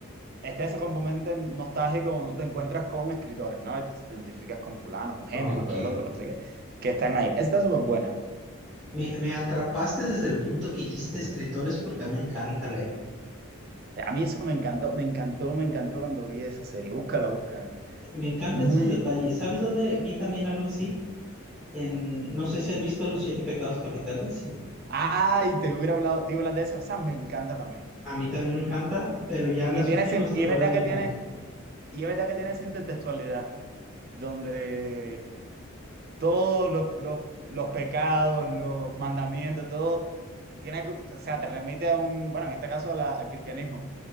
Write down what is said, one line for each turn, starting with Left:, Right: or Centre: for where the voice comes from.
Right: está ese componente nostálgico donde tú te encuentras con escritores, ¿no? Y te te identificas con fulano, con Hemingway,
Centre: ok.
Right: con el otro, no sé qué, que están ahí. Esta está súper buena.
Centre: Me, me atrapaste desde el punto que dijiste escritores porque a mí me encanta leer.
Right: A mí eso me encantó, me encantó, me encantó cuando vi esa serie. Búscala, búscala.
Centre: Me encantan
Right: Muy...
Centre: esos detalles. ¿Sabes dónde vi también algo así? En, no sé si has visto Los Siete Pecados Capitales.
Right: Ay, te hubiera hablado, te iba a hablar de esa, esa me encanta también.
Centre: A mí también me encanta, pero ya las
Right: Y, tiene,
Centre: últimas
Right: sint-
Centre: temporadas
Right: y es verdad
Centre: no
Right: que tiene,
Centre: tanto.
Right: y es verdad que tiene esa intertextualidad donde todos los, los, los pecados, los mandamientos, todo tiene, o sea, te remite a un, bueno, en este caso a la- al cristianismo,